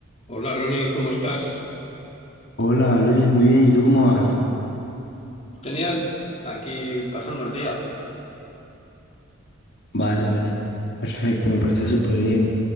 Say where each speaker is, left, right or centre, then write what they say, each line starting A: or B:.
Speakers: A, on the left; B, on the left.
A: Hola Ronnie, ¿cómo estás?
B: Hola Luis, muy bien, ¿y tú cómo vas?
A: Genial, aquí pasando el día.
B: Vale, vale. Perfecto, me parece súper bien.